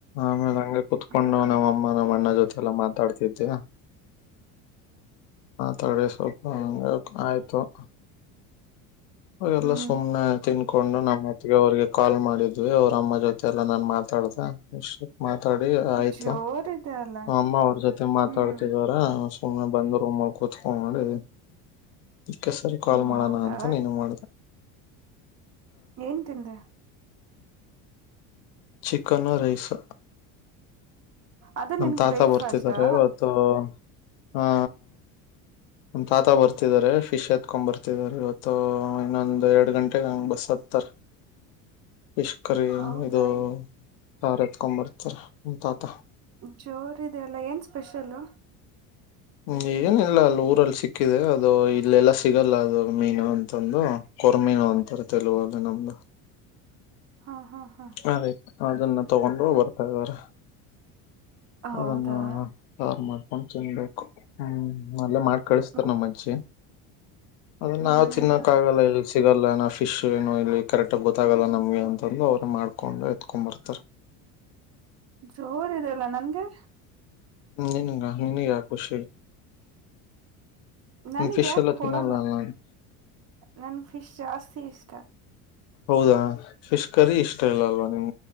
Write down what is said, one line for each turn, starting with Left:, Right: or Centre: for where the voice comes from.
Left: ಆಮೇಲೆ ಹಂಗೆ ಕುತ್ಕೊಂಡೂ
Right: ಹ್ಮ್
Left: ನಮ್ಮಮ್ಮ ನಮ್ಮಣ್ಣ ಜೊತೇಲಿ. ಮಲ್ಲ ಮಾತಾಡ್ತಿದ್ದ್ಯಾ ತಥೋಡೆ ಸವ ಆಯ್ತ ಹ ಅವೆಲ್ಲ
Right: ಹ್ಮ್
Left: ಸುಮ್ಮನೆ ತಿನ್ ಹಕೊಂಡು ನಮ್ಮತ್ತಗೆ ಅವ್ರಿಗೆ ಕಾಲ್ ಮಾಡಿದ್ವಿ ಅವ್ರಮ್ಮ ಜೊತೆ ಎಲ್ಲಾ ನಾನ್ ಮಾತಾಡತ ಇಷ್ಟೇ ಮಾತಾಡಿ ಆಯ್ತು
Right: ಜೋರಿದೆ ಅಲ್ಲ
Left: ಅಮ್ಮ ಅವ್ರ ಜೊತೆ ಮಾತಾಡ್ತಿದಾರ
Right: ಹ್ಮ್
Left: ಸ್ಕೂಲ್ನೆ ಬಂದಧ ರೂಮಲ್ಲಿ ಕೂತ್ುಕಡಿ ಇದದಕ್ಕೆ ಸರಿ ಕಾಲ್
Right: ಹ್ಮ್
Left: ಮಾಡೋಣ
Right: ಹೌದಾ
Left: ಅಂತ ನೀನು ಮಾಡ್ದ
Right: ಏನ್ ತಿಂದೆ
Left: ಚಿಕನ ರೈಸ್
Right: ಅದ
Left: ನಮ್ಮ್
Right: ನಿನ್ಗ್
Left: ತಾತ
Right: ಬ್ರೇಕ್ಫಾಸ್ಟಾ
Left: ಬರ್ತಿದಿದ್ದಾರೆ ಇವತ್ತು ಹಾ ಒಂದ್ ತಾತ ಬರ್ತಿದಿದ್ದಾರೆ ಫಿಶ್ ಎತ್ಕೊ ಬರ್ತಾರೆ ಇವತ್ತು ಇನ್ನೊಂದ್ ಎರಡ್ ಗಂಟೆಗೆಗ ಹಂಗ ಬಸ್ ಹತ್ತಾರ ಫಿಶ್ ಕರಿ
Right: ಹೌದಾ
Left: ಇದು ಭಾರತ್ ಕ್ರ್ತಾರೆ ಹಂತಾತ
Right: ಜೋರಿದೆಯಲ್ಲ ಏನ್ ಸ್ಪೆಷಲ್ಲ
Left: ಹ್ಮ್ ಏನಿಲ್ಲ ಅಲ್ಲಿ ಊರಲ್ಲಿ ಸಿಕ್ಕಿದೆ ಅದು ಇಲ್ಲೆಲ್ಲ ಸಿಗಲ್ಲ ಅದು ಮೀನು ಅಂತಂದು ಕೊರ್ಮೀನು ಅಂತಾರ ತಲುಗಲ್ಲಿ ನಮ್ದು
Right: ಹಾ ಹಾ ಹಾ
Left: ಅದೇತ ಅದನ್ನ ತಗೊಂಡು ಬರ್ತಾ ಇದಾರೆ
Right: ಹೌದಾ
Left: ಅದನ್ನು ತಯಾರು ಮಾಡ್ತಿ ಚನ್ಬೇಕು ಹ್ಮ ಅಲ್ಲ ಮಾಡ್ ಕಳಿಸ್ತಾರ
Right: ಹ್ಮ್
Left: ನಮ್ಮ್ ಅಜ್ಜಿ ಅದ
Right: ಹ್ಮ್
Left: ನಾವ್
Right: ಹ್ಮ್
Left: ತಿಿನ್ನಕ್ಕ
Right: ಹ್ಮ್
Left: ಆಾಗಲ್ಲ ಇಲ್ ಸಿಗಲ್ಲ ಫಿಶ್ ಏನು ಇಲ್ಲಿ ಕರೆಕ್ಟ್ ಆಗ ಗೊತ್ತಾಗಲ್ಲ ನಮ್ಗೆ ಅಂತಂದು ಅವ್ರ ಮಾಡ್ಕೊಂಡು ಎತ್ಕೊಂಡ್ ಬರ್ತಾರೆ
Right: ಜೋರ್ದೆಲ್ಲ ನನ್ಗೆ
Left: ನಿನುಗ ನಿನುಗ ಕುಷ
Right: ನನ್ಗ್
Left: ಫಿಷಲ್ಲ
Right: ಯಾಕ ಕೊಡಲ್ಲ
Left: ತಿನ್ನಲ್ಲ ಅಲ್ಲ
Right: ನನ್ ಫಿಶ್ ಜಾಸ್ತಿ ಇಷ್ಟ
Left: ಹೌದಾ ಫಿಶ್ ಕರಿ ಇಷ್ಟ ಇಲ್ಲ ಅಲ್ವಾ ನಿಮ್